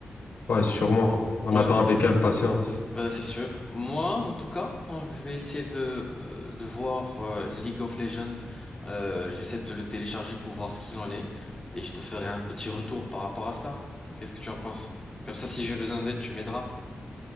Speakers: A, on the left (about 55°); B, on the left (about 20°).
A: Ouais, sûrement. On
B: Ouais.
A: attend avec impatience.
B: Bah, c'est sûr. Moi, en tout cas, hein, je vais essayer de, euh, de voir euh, League of Legends. Euh, je vais essayer de le télécharger pour voir ce qu'il en est. Et je te ferai un petit retour par rapport à cela. Qu'est-ce que tu en penses? Comme ça, si j'ai besoin d'aide, tu m'aideras.